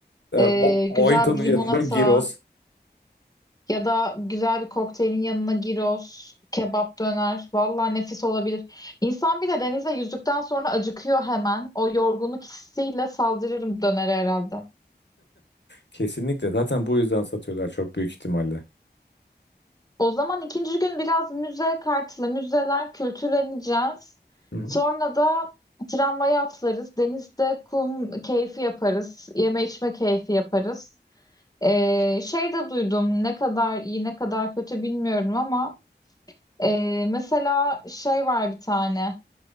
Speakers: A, on the left (about 85°); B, on the left (about 20°).
A: E,
B: Ee,
A: mo-
B: güzel
A: Mojito'nun
B: bir limonata
A: yanında gyros.
B: ya da güzel bir kokteylin yanına gyros, kebap döner. Vallahi nefis olabilir. İnsan bir de denize yüzdükten sonra acıkıyor hemen. O yorgunluk hissiyle saldırırım dönere herhalde.
A: Kesinlikle. Zaten bu yüzden satıyorlar çok büyük ihtimalle.
B: O zaman ikinci gün biraz müze kartlı, müzeler kültürleneceğiz.
A: Hı hı.
B: Sonra da tramvaya atlarız. Denizde kum keyfi yaparız. Yeme içme keyfi yaparız. Ee, şey de duydum ne kadar iyi ne kadar kötü bilmiyorum ama ee, mesela şey var bir tane.